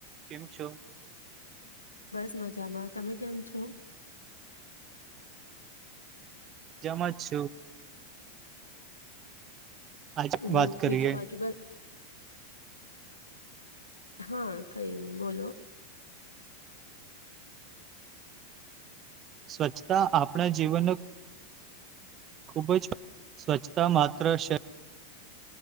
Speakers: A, on the right; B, on the left.
A: કેમ છો
B: બસ મજામાં તમે કેમ છો
A: જમ જ છ આજે
B: હમ
A: વાત કરીએ
B: બીજું બાકીમાં હા કઈ નહી બોલો
A: સ્વચ્છતા આપણા જીવન ખૂબ જ સ્વચ્છતા માત્ર છે